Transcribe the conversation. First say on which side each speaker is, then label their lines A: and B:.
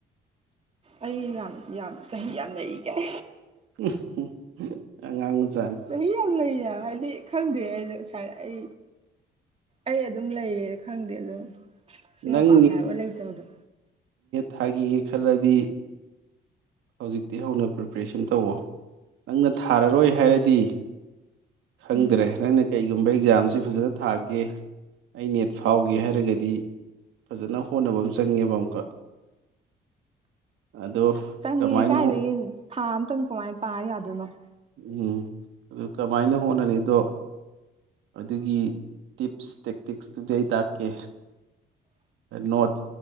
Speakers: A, on the right (about 30°); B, on the right (about 85°).
A: ꯑꯩ ꯌꯥꯝ ꯌꯥꯝ ꯆꯍꯤ ꯌꯥꯝ ꯂꯩꯔꯤ ꯀꯥꯢ
B: <unintelligible> ꯑꯉꯥꯡ ꯃꯥꯆ
A: ꯆꯍꯤ ꯌꯥꯝ ꯂꯩꯅꯥ ꯍꯥꯏꯗꯤ ꯈꯪꯗꯦ ꯑꯩꯗꯨ ꯍꯥꯢ ꯑꯩ ꯑꯩ ꯑꯗꯨꯝ ꯂꯩꯌꯦ ꯈꯪꯗꯦ ꯑꯗꯨꯝ ꯁꯤꯃ
B: ꯅꯪ
A: ꯄꯥꯝꯃꯦ ꯍꯥꯏꯕ ꯂꯩꯇꯕꯗꯣ
B: ꯊꯥꯒꯤꯒꯦ ꯈꯜꯂꯗꯤ ꯍꯧꯖꯤꯛꯇꯩ ꯍꯧꯅ ꯄ꯭ꯔꯤꯄꯦꯔꯦꯁꯟ ꯇꯧꯋꯣ ꯅꯪꯅ ꯊꯥꯔꯔꯣꯏ ꯍꯥꯏꯔꯗꯤ ꯗꯤ ꯈꯪꯗ꯭ꯔꯦ
A: ꯎꯝ
B: ꯅꯪꯅ ꯀꯩꯒꯨꯝꯕ ꯑꯦꯛꯖꯥꯝꯁꯦ ꯐꯖꯅ ꯊꯥꯒꯦ ꯑꯩ ꯅꯦꯠ ꯐꯥꯎꯒꯦ ꯍꯥꯏꯔꯒꯗꯤ ꯐꯖꯅ ꯍꯣꯠꯅꯕ ꯑꯃ ꯆꯪꯉꯦꯕ ꯑꯃꯨꯛꯀ ꯑꯗꯣ
A: ꯆꯪꯉꯦ
B: ꯀꯃꯥꯏꯅ
A: ꯀꯥꯏꯗꯒꯤ ꯊꯥ ꯑꯇꯪ ꯀꯃꯥꯏꯅꯥ ꯄꯥ ꯌꯥ ꯑꯗꯨꯅꯣ <unintelligible>
B: ꯎꯝ ꯑꯗꯨ ꯀꯃꯥꯏꯅ ꯍꯣꯠꯅꯅꯤꯗꯣ ꯑꯗꯨꯒꯤ ꯇꯤꯞꯁ ꯇꯦꯛꯇꯤꯛꯁ ꯇꯨꯗꯤ ꯑꯩ ꯇꯥꯛꯀꯦ ꯅꯣꯠ